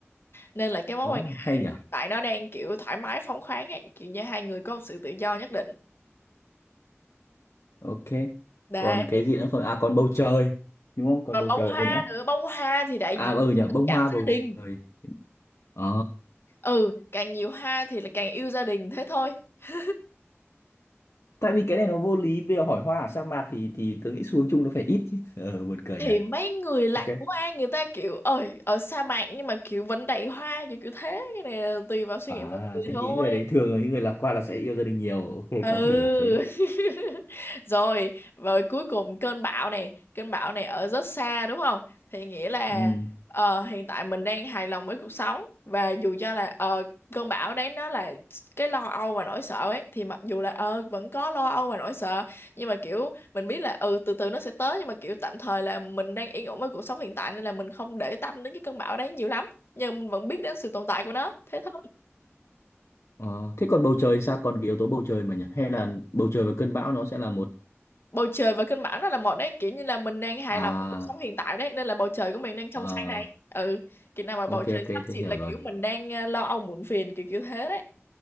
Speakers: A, on the left; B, on the left.
A: Nên là cái mối
B: oh,
A: quan
B: hay
A: hệ
B: nhỉ.
A: tại nó đang kiểu thoải mái phóng khoáng ấy, kiểu như hai người có một sự tự do nhất định.
B: ok
A: Đấy.
B: còn cái gì nữa không à còn bầu trời đúng không còn
A: Còn
B: bầu
A: bông
B: trời
A: hoa
B: nữa
A: nữa, bông hoa thì đại
B: à
A: diện
B: ừ nhỉ
A: cho tình
B: bông
A: cảm
B: hoa
A: gia
B: bầu
A: đình.
B: trời ờ
A: Ừ, càng nhiều hoa thì là càng yêu gia đình thế thôi. <laughs>
B: tại vì cái này nó vô lý bây giờ hỏi hoa ở sa mạc thì thì tôi nghĩ xuống chung nó phải ít chứ ờ buồn cười
A: Thì
B: nhỉ
A: mấy người lạc
B: ok
A: quan người ta kiểu ơi ở sa mạc nhưng mà kiểu vẫn đầy hoa kiểu kiểu thế cái này là tùy vào suy
B: À,
A: nghĩ mọi người
B: thế
A: thôi.
B: những người đấy thường là những người lạc quan là sẽ yêu gia đình nhiều. Ok,
A: ừ
B: có thể hiểu thế.
A: <laughs> rồi rồi cuối cùng cơn bão này cơn bão này ở rất xa đúng không thì nghĩa là
B: Ừ.
A: ờ, hiện tại mình đang hài lòng với cuộc sống và dù cho là ờ, cơn bão đấy nó là cái lo âu và nỗi sợ ấy thì mặc dù là ờ vẫn có lo âu và nỗi sợ nhưng mà kiểu mình biết là ừ từ từ nó sẽ tới nhưng mà kiểu tạm thời là mình đang yên ổn với cuộc sống hiện tại nên là mình không để tâm đến cái cơn bão đấy nhiều lắm nhưng mình vẫn biết đến sự tồn tại của nó thế thôi
B: Ờ, thế còn bầu trời sao? Còn cái yếu tố bầu trời mà nhỉ? Hay là bầu trời và cơn bão nó sẽ là một...
A: bầu trời và cơn bão nó là một đấy kiểu như là mình đang hài
B: À,
A: lòng với cuộc sống hiện tại đấy nên là bầu trời của mình đang trong
B: ờ,
A: xanh này ừ kiểu nào mà
B: ok,
A: bầu trời
B: ok,
A: xám
B: thế
A: xịt
B: hiểu
A: là
B: rồi.
A: kiểu mình đang ờ, lo âu muộn phiền kiểu kiểu thế đấy